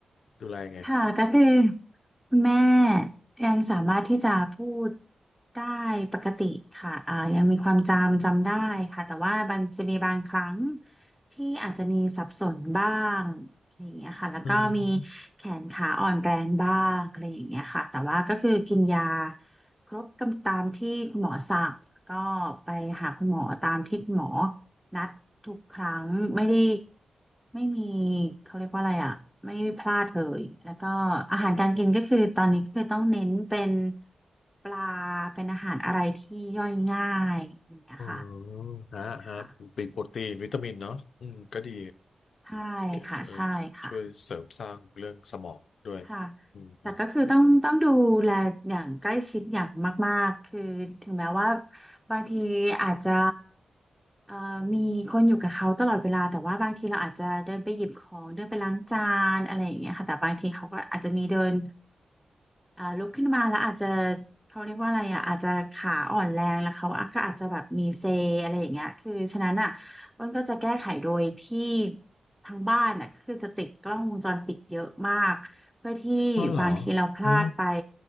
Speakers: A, on the left; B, in the centre.
A: ดูแลยังไง
B: ค่ะก็คือคุณแม่ยังสามารถที่จะพูดได้ปกติค่ะอ่ายังมีความจำจำได้ค่ะแต่ว่ามันจะมีบางครั้งที่อาจจะมีสับสนบ้างอะไรอย่างเงี้ยค่ะแล้วก็มี
A: อืม
B: แขนขาอ่อนแรงบ้างอะไรอย่างเงี้ยค่ะแต่ว่าก็คือกินยาครบกำตามที่คุณหมอสั่งก็ไปหาคุณหมอตามที่คุณหมอ นัดทุกครั้งไม่ได้ไม่มีเขาเรียกว่าอะไรอ่ะไม่พลาดเลยแล้วก็อาหารการกินก็คือตอนนี้ก็คือต้องเน้นเป็นปลาเป็นอาหารอะไรที่ย่อยง่ายอย่างเงี้ยค่ะ
A: อ๋อฮะฮะเป็นโปรตีนวิตามินเนาะอืมก็ดี
B: ค่ะใช่ค่ะใช่ค่ะ
A: เกสเออช่วยเสริมสร้างเรื่องสมองด้วย
B: ค่ะ
A: อืมอืม
B: แต่ก็คือต้องต้องดูแลอย่างใกล้ชิดอย่างมากๆคือถึงแม้ว่าบางทีอาจจะเอ่อมีคนอยู่กับเขาตลอดเวลา แต่ว่าบางทีเราอาจจะเดินไปหยิบของเดินไปล้างจานอะไรอย่างเงี้ยค่ะ แต่บางทีเขาก็อาจจะมีเดิน อ่าลุกขึ้นมาแล้วอาจจะเขาเรียกว่าอะไรอ่ะอาจจะขาอ่อนแรงแล้วเขาก็อาจจะแบบมีเซอะไรอย่างเงี้ยคือฉะนั้นอ่ะอ้นก็จะแก้ไขโดยที่ทางบ้านอ่ะคือจะติดกล้องวงจรปิดเยอะมากเพื่อที่บางทีเราพลาดไป
A: อ๋อเหรออ๋อ